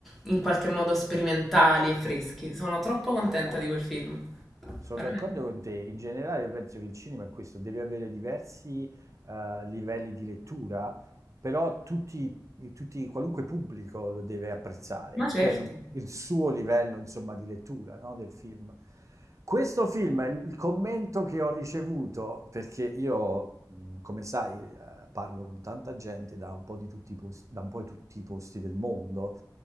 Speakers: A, in the centre; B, on the right.
A: in qualche modo sperimentali e freschi. Sono troppo contenta di quel film,
B: Sono
A: veramente.
B: d'accordo con te. In generale, io penso che il cinema è questo, deve avere diversi eh, livelli di lettura, però tutti, tutti- qualunque pubblico lo deve apprezzare
A: Ma certo,
B: per il suo livello, insomma, di lettura, no, del film. Questo film, il il commento che ho ricevuto, perché io, mh, come sai, eh, parlo con tanta gente da un po' di tutti i posti, da un po' di tutti i posti del mondo,